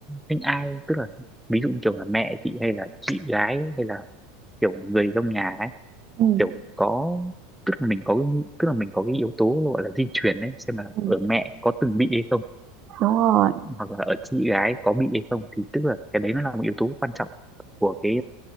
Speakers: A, in the centre; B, on the right.
A: những ai tức là ví dụ như kiểu là mẹ chị hay là chị gái hay là kiểu người trong nhà ấy
B: ừ
A: kiểu có tức là mình có cái- tức là mình có cái yếu tố gọi là di truyền đấy xem là
B: ừ.
A: ở mẹ có từng bị hay không
B: đúng rồi
A: hoặc là ở chị gái có bị hay không thì tức là cái đấy nó là một yếu tố quan trọng của cái